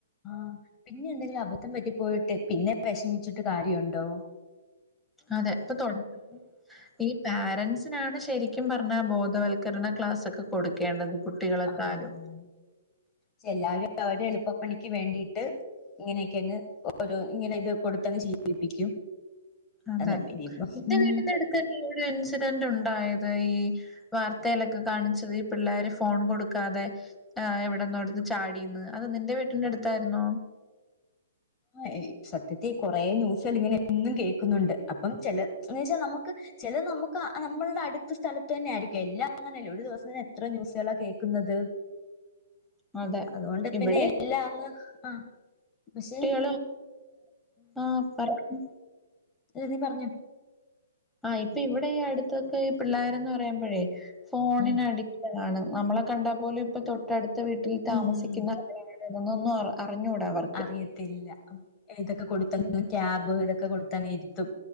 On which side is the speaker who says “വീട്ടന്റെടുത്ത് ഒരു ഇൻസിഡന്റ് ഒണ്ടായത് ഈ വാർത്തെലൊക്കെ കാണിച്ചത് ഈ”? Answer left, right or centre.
Centre